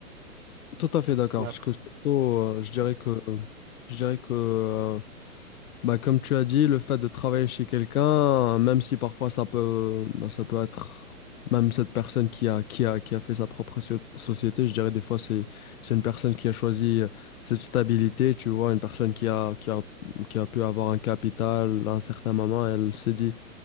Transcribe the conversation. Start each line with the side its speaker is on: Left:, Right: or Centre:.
Left: tout à fait d'accord.
Right: Mais
Left: Parce
Right: après,
Left: que surtout, euh, je dirais
Right: ouais,
Left: que, je dirais que euh, bah, comme tu as dit, le fait de travailler chez quelqu'un, euh, même si parfois ça peut, bah, ça peut être même cette personne qui a, qui a, qui a fait sa propre so- société, je dirais des fois, c'est, c'est une personne qui a choisi euh, cette stabilité, tu vois, une personne qui a, qui a, qui a pu avoir un capital à un certain moment, elle s'est dit.